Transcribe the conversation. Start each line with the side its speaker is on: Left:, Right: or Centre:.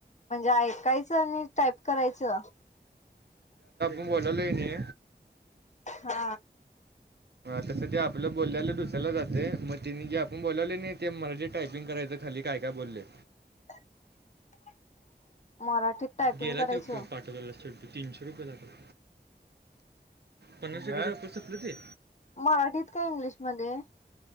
Left: ऐकायचं आणि टाईप करायचं
Right: <unintelligible> े वाला लणे
Left: हा
Right: तसं ते आपलं बोलाल्यायला दुसरयला जाते मग त्यािने जे आपण बोलावले नाही ते मला जे टायपिंग करायचं खर ली काय काय बोलले
Left: <inaudible> मराठीत टायपिंग
Right: गेला
Left: करायचं
Right: ते पाठवलाे तीनशे रुपये लागला पंराशे हार रुपये संपले ते
Left: मराठीत का इंग्लिशमध्ये